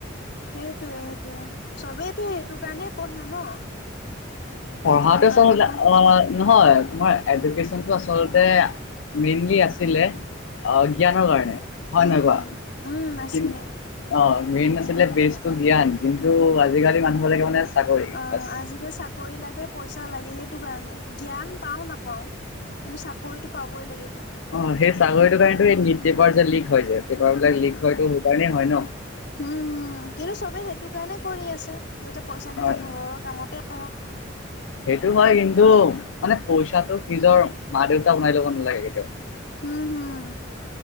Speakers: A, on the left; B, on the left.
A: সেইটোৱে-সেইটোৱে চবেইতো সেইটো কাৰণেই পঢ়ে ন।
B: পঢ়াটো
A: যাতে কিবা
B: চ
A: এটা ক
B: অ' নহয় তোমাৰ। এডুকেশ্যনটো আচলতে মেইনলি আছিলে। অ' জ্ঞানৰ কাৰণে হয়
A: উম,
B: নে নহয়
A: উম, নাছিলে।
B: কোৱা? অ' মেইন আছিলে বেজটো জ্ঞান কিন্তু আজিকালি মানুহবিলাকে মানে, চাকৰি
A: অহ
B: বাচ
A: আজিকে চাকৰি লাগে। পইচা লাগে সেইটো কাৰণে জ্ঞান পাওঁ নাপাওঁ কিন্তু চাকৰিটো পাবই লাগিব।
B: অ' সেই ছাকৰিটো কাৰণটো এই নিট পেপাৰ যে লিক হয় যে পেপাৰ বিলাক লিক হয়তো সেইকাৰণেই হয় ন।
A: হম-হম, কিন্তু চবেই সেইটো কাৰণে কৰি আছে যাতে পইচা কেইটা
B: হয়
A: ঘৰৰ কামতে অহ।
B: সেইটো হয় কিন্তু মানে পইচাটোক নিজৰ মা দেউতা বনাই লব নালাগে কেতিয়াও।
A: হম-হম,